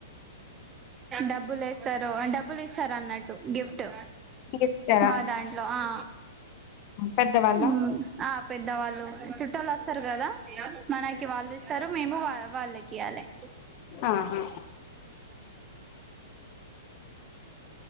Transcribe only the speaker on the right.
డబ్బులు వేస్తారు డబ్బులు ఇస్తారు అన్నట్టు గిఫ్ట్
మా దాంట్లో ఆ
<unintelligible> ఆ పెద్దవాళ్ళు చుట్టళు వస్తారు కదా మనకి వాళ్ళు ఇస్తారు మేము వాళ్ళకి ఇయ్వాలి